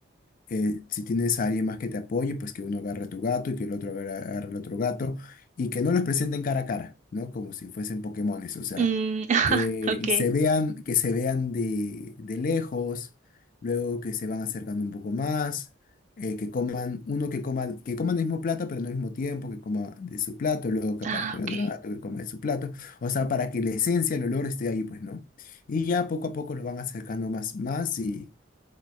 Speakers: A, on the left; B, on the right.
A: eh, si tienes a alguien más que te apoye, pues que uno agarre a tu gato y que el otro agarre, agarre al otro gato y que no los presenten cara a cara, ¿no? Como si fuesen Pokémones, o sea,
B: Mm, <laughs>
A: que
B: ok.
A: se vean, que se vean de, de lejos, luego que se van acercando un poco más, eh, que coman, uno que coma, que coman el mismo plato, pero no al mismo tiempo, que coma de su plato, luego que
B: Ah,
A: aparezca el
B: ok.
A: otro gato que coma de su plato, o sea, para que la esencia, el olor esté ahí, pues, ¿no? Y ya poco a poco lo van acercando más, más y